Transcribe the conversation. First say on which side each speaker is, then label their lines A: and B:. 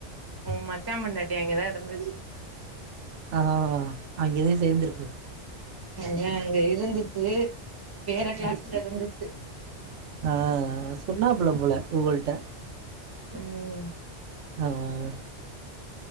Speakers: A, on the right; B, on the right.
A: ஒ மச்சாபொண்டாட்டி அங்க தா இருந்துச்சி
B: ஆஹ் அங்கேதா சேர்ந்துருக்
A: அங்க இருந்து சி வேற கிளாஸ்ல இருந்துச்
B: ஆஹ் சொன்ன புள்ள போல இவ்வகள்டே
A: ம்
B: ஆஹ்